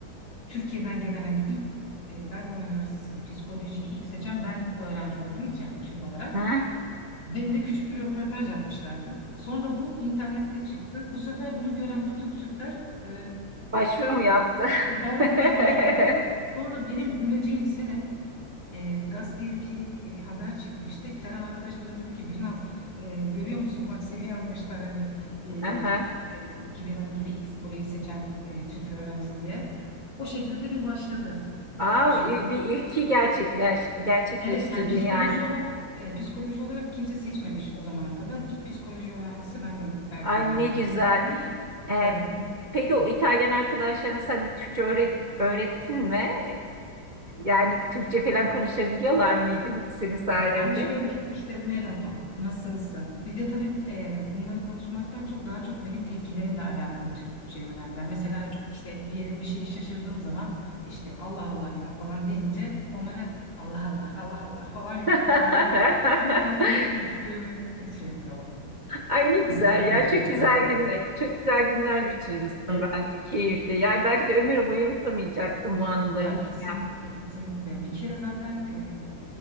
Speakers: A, on the left (about 70°); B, on the right (about 35°).
A: Türkiye'den gelen hani ilk e, Bergama Üniversitesi'nde psikolojiyi ilk seçen ben öğrenci olduğum için yani Türk olarak.
B: Hı.
A: Benimle küçük bir röportaj yapmışlardı. Sonra bu internette çıktı. Bu sefer bunu gören bütün Türkler e,
B: Başvuru mu yaptı?
A: Bergama'ya
B: <laughs>
A: başvurdu. Sonra benim döneceğim sene e, gazeteye bir e, haber çıkmıştı. İtalyan arkadaşlarım dedi ki Birnaz e, görüyor musun bak seni yazmışlar hani e,
B: Aha.
A: 2012'de X burayı seçen e, Türk öğrenci diye. O şekilde bir başladı.
B: Aa,
A: Yani bu şekilde.
B: il- bir ilki gerçekleş, gerçekleştirdin
A: Evet yani psikoloji
B: yani.
A: olarak e, psikoloji olarak kimse seçmemiş o zamana kadar. İlk psikoloji öğrencisi bendim Bergama
B: Ay
A: Devlet
B: ne güzel.
A: Üniversitesi'nin.
B: Ee,
A: Evet.
B: peki o İtalyan arkadaşlarına sen de Türkçe öğret, öğrettin mi? Yani Türkçe falan konuşabiliyorlar mıydı hiç senin sayende?
A: Yani şöyle işte merhaba, nasılsın? Bir de tabii e, bunları konuşmaktan çok daha çok benim tepkilerimle alakalı Türkçeyi öğrendiler. Mesela işte bir yere bir şeye şaşırdığım zaman işte Allah Allah ya falan deyince onlara Allah Allah Allah Allah falan yapıyorlar
B: <laughs>
A: böyle. <laughs> Bu tarz böyle tepkilerimi şey yapıyorlar.
B: Ay ne güzel
A: Takip etmeye
B: ya.
A: çalışıyorlardı.
B: Çok güzel günler. Çok güzel günler geçirmişsin
A: Evet.
B: bence. Keyifli. Yani belki de ömür boyu unutamayacaksın bu anılarını.
A: Ya
B: değil
A: kesinlikle
B: mi ya?
A: kesinlikle. Bir kere zaten e,